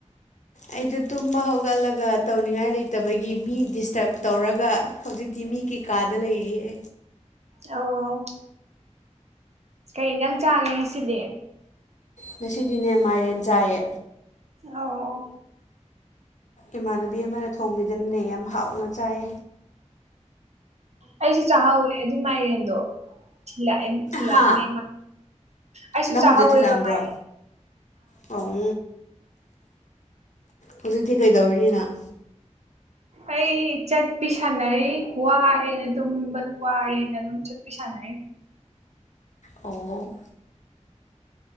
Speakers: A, on the left; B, on the right.
A: ꯑꯩꯗꯣ ꯇꯨꯝꯕ ꯍꯧꯒꯠꯂꯒ ꯇꯧꯅꯤꯡꯉꯥꯏ ꯂꯩꯇꯕꯒꯤ ꯃꯤ ꯗꯤꯁꯇꯔꯕ ꯇꯧꯔꯒ ꯍꯧꯖꯤꯛ ꯇꯤꯃꯤꯒꯤ ꯀꯥꯗ ꯂꯩꯔꯤꯌꯦ
B: ꯑꯣ ꯀꯩ ꯏꯟꯁꯥꯡ ꯆꯥꯒꯦ ꯉꯁꯤꯗꯤ
A: ꯉꯁꯤꯗꯤꯅꯦ ꯃꯥꯏꯔꯦꯟ ꯆꯥꯏꯌꯦ
B: ꯑꯣ
A: ꯏꯃꯥꯟꯅꯕꯤ ꯑꯃꯅ ꯊꯣꯡꯕꯤꯗꯅꯅꯦ ꯌꯥꯝ ꯍꯥꯎꯅ ꯆꯥꯏ
B: ꯑꯩꯁꯨ ꯆꯥꯍꯧꯋꯦ ꯑꯗꯨ ꯃꯥꯏꯔꯦꯟꯗꯣ ꯊꯤꯜꯂꯛꯑꯦ ꯊꯤꯜꯂꯛꯑꯝꯃꯦ
A: ꯍꯥ
B: ꯑꯩꯁꯨ
A: ꯅꯪꯕꯨꯁꯨ
B: ꯆꯥꯍꯧꯋꯦꯕ
A: ꯊꯤꯜꯂꯛꯑꯝꯕ꯭ꯔꯣ
B: ꯃꯥꯥꯏꯔꯦꯟꯗꯣ
A: ꯑꯣ ꯍꯧꯖꯤꯛꯇꯤ ꯀꯩꯗꯧꯔꯤ ꯅꯪ
B: ꯑꯩ ꯆꯠꯄꯤ ꯁꯥꯟꯅꯔꯤ ꯋꯥꯔꯦꯅ ꯑꯗꯨ ꯋꯥꯔꯦꯅ ꯑꯗꯨꯝ ꯁꯥꯅꯔꯤ
A: ꯑꯣ